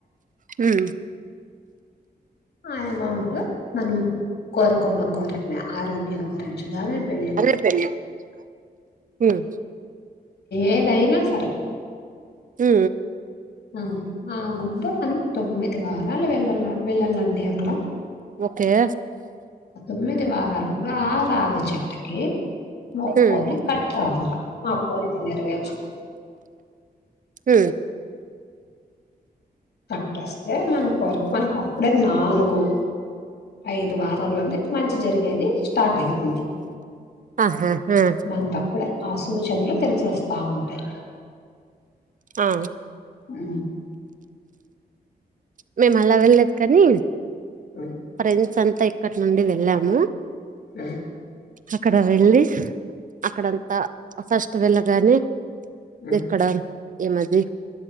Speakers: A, on the right; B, on the left.
A: హు
B: ఆ అమౌంట్ మనం కోరుకున్న కోరికనే ఆరోగ్యం గురించి కాగాని పె
A: అదే పెళ్లి ఉమ్
B: ఏదయిన సరే
A: హు
B: ఆ ఆ గుడ్డ మనం తొమ్మిది వారాలు వెళ్ళ వెళ్ళాలండి అక్కడ
A: ఒకే
B: తొమిది వారాలు కూడ ఆ రాగి చెట్టుకి మొక్కొని
A: ఉమ్
B: కట్ట్ర వళ్ళ ఆ పోరి త నిరవే వచ్చ
A: హు
B: కట్టేస్తే మన మనకు అప్పుడే నాలుగు ఐదు వారల్లోనే మంచి జరిగేది స్టార్ట్ అవుతుంది
A: ఆహా ఆ
B: మనప్పుడే ఆ సూచనలు తెలిసొస్తా ఉంటాయి
A: ఆ
B: అ
A: మేము అలా వెళ్ళదు కానీ
B: హ్మ్.
A: ఫ్రెండ్స్ అంతా ఇక్కడి నుండి వెళ్ళాము
B: అ
A: అక్కడ వెళ్ళి అక్కడంతా ఫస్ట్ వెళ్ళగానే
B: హ్మ్.
A: ఎక్కడ ఏమది